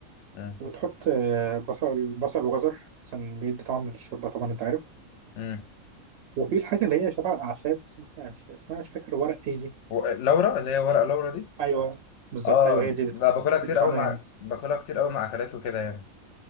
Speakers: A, on the left; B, on the right.
A: مم.
B: وتحط آه، بصل بصل وجزر عشان بيدي طعم للشوربة طبعا انت عارف
A: مم.
B: وفي الحاجة اللي هي شبه الأعشاب بس ما فيهاش اسمها مش فاكر ورق ايه دي
A: و- لورا اللي هي ورقة لورا دي
B: أيوه بالظبط
A: اه
B: أيوه هي دي بت-
A: لا باكلها كتير
B: بتدي
A: قوي
B: طعم
A: مع
B: جامد
A: باكلها كتير قوي مع اكلات وكده يعني